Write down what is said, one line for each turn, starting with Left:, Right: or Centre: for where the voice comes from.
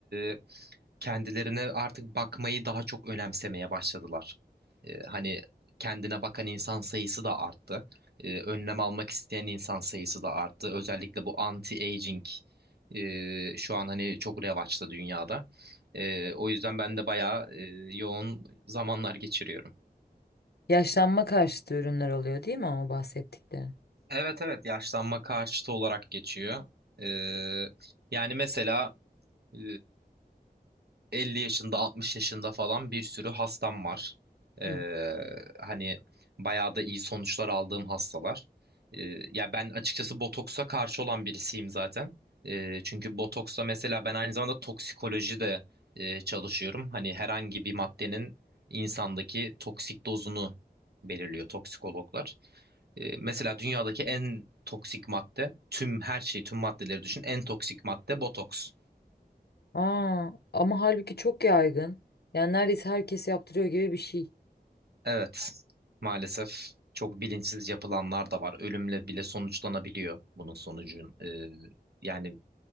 Right: e, kendilerine artık bakmayı daha çok önemsemeye başladılar. Ee, hani kendine bakan insan sayısı da arttı. Ee, önlem almak isteyen insan sayısı da arttı. Özellikle bu anti-aging e, şu an hani çok revaçta dünyada. Ee, o yüzden ben de bayağı e, yoğun zamanlar geçiriyorum.
Left: Yaşlanma karşıtı ürünler oluyor değil mi ama bahsettiklerin?
Right: Evet evet yaşlanma karşıtı olarak geçiyor. Ee, yani mesela e, 50 yaşında 60 yaşında falan bir sürü hastam var. Ee,
Left: Hı.
Right: hani bayağı da iyi sonuçlar aldığım hastalar. Ee, ya ben açıkçası botoksa karşı olan birisiyim zaten. Ee, çünkü botoksa mesela ben aynı zamanda toksikoloji de e, çalışıyorum. Hani herhangi bir maddenin insandaki toksik dozunu belirliyor toksikologlar. E, mesela dünyadaki en toksik madde, tüm her şeyi, tüm maddeleri düşün. En toksik madde botoks.
Left: Aa, ama halbuki çok yaygın. Yani neredeyse herkes yaptırıyor gibi bir şey.
Right: Evet, maalesef çok bilinçsiz yapılanlar da var. Ölümle bile sonuçlanabiliyor bunun sonucun. e, yani